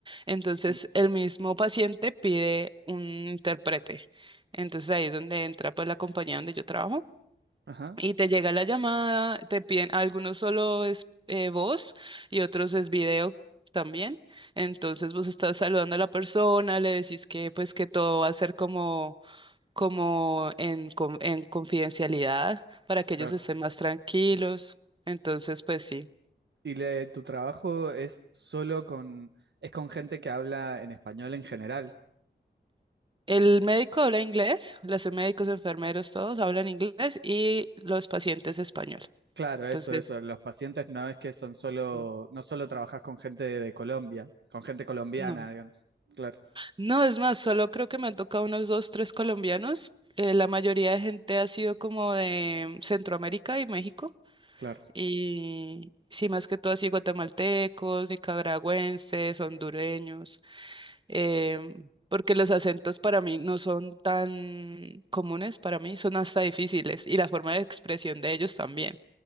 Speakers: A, on the right; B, on the right.
A: Entonces,
B: Sí.
A: el mismo paciente pide un intérprete. Entonces, ahí es donde entra pues la compañía donde yo trabajo.
B: Ajá,
A: Y te llega la llamada, te piden, algunos solo es eh, voz y otros es video también. Entonces vos estás saludando a la persona, le decís que pues que todo va a ser como, como en, con- en confidencialidad para que ellos
B: claro.
A: estén más tranquilos. Entonces, pues sí.
B: ¿Y le- tu trabajo es solo con, es con gente que habla en español en general?
A: El médico habla inglés, los médicos, enfermeros, todos hablan inglés y los pacientes español.
B: Claro,
A: Entonces,
B: eso, eso. Los pacientes no es que son solo,
A: mm,
B: no solo trabajas con gente de Colombia, con gente colombiana,
A: no.
B: digamos. Claro,
A: No, es más, solo creo que me han tocado unos dos, tres colombianos. Eh, la mayoría de gente ha sido como de Centroamérica y México.
B: claro,
A: Y sí, más que todo así guatemaltecos, nicaragüenses, hondureños. em, porque los acentos para mí no son tan comunes, para mí son hasta difíciles. Y la forma de expresión de ellos también.